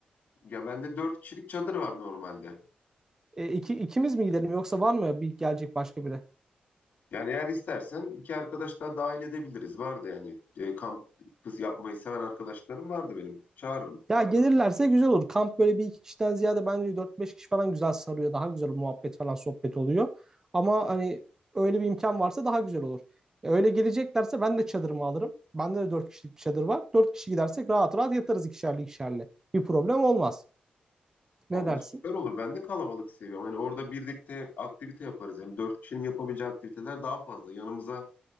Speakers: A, on the left (about 65°); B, on the right (about 20°).
A: Ya bende dört kişilik çadır var normalde.
B: E, iki, ikimiz mi gidelim yoksa var mı bir gelecek başka biri?
A: Yani eğer istersen iki arkadaş daha dahil edebiliriz. Vardı yani e, kamp yapmayı seven arkadaşlarım vardı benim. Çağırırım.
B: Ya gelirlerse güzel olur. Kamp böyle bir iki kişiden ziyade bence dört beş kişi falan güzel sarıyor. Daha güzel muhabbet falan sohbet oluyor. Ama hani öyle bir imkan varsa daha güzel olur. E, Öyle geleceklerse ben de çadırımı alırım. Bende de 4 kişilik bir çadır var. 4 kişi gidersek rahat rahat yatarız ikişerli ikişerli. Bir problem olmaz.
A: Vallahi
B: Ne dersin?
A: süper olur. Ben de kalabalık seviyorum. Hani orada birlikte aktivite yaparız. Hem dört kişinin yapabileceği aktiviteler daha fazla. Yanımıza